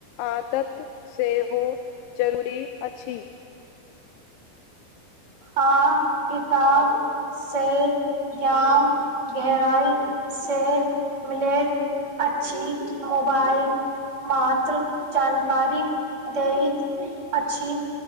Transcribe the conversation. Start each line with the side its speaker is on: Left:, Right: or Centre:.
Left: आदत सेहोहु चरूरी अछि
Right: हँ किताब से ज्ञान गहराई से मिलैत अछि मोबाइल मात्र जानकारी दैत अछि